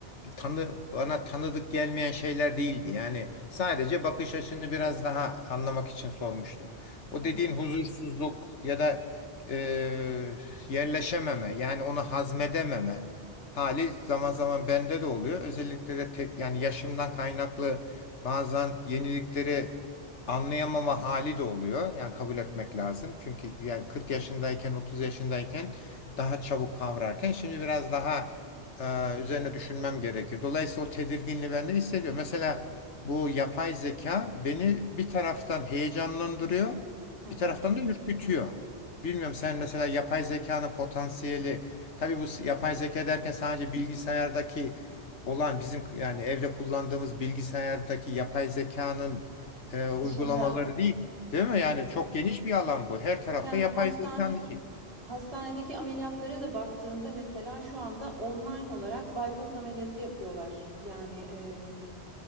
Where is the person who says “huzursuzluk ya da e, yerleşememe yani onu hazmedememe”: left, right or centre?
Left